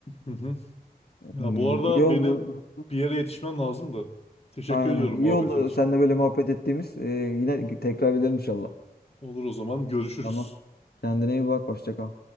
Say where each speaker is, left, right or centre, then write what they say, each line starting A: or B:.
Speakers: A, on the left (about 40°); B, on the left (about 75°).
A: Hı hı.
B: Hmm,
A: Ya bu arada
B: iyi oldu.
A: benim bir yere yetişmem lazım da. Teşekkür
B: Aynen.
A: ediyorum
B: İyi
A: muhabbetin
B: oldu
A: için.
B: seninle böyle muhabbet ettiğimiz. Ee, yine tekrar edelim inşallah.
A: Olur o zaman görüşürüz.
B: Tamam. Kendine iyi bak. Hoşça kal.